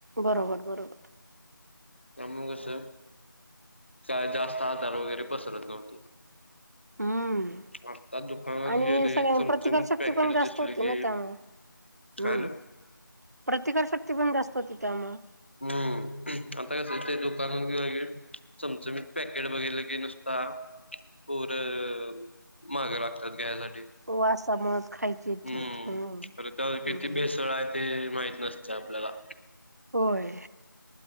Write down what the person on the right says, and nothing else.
बरोबर बरोबर.
हम्म
आणि
सगळ्यां
प्रतिकारशक्ती
पण जास्त
होती
ना त्यामुळे हम्म
प्रतिकारशक्ती पण जास्त होती त्यामुळेग.
वासामुळेच खायची इच्छा
होती. हम्म
हम्म.
होय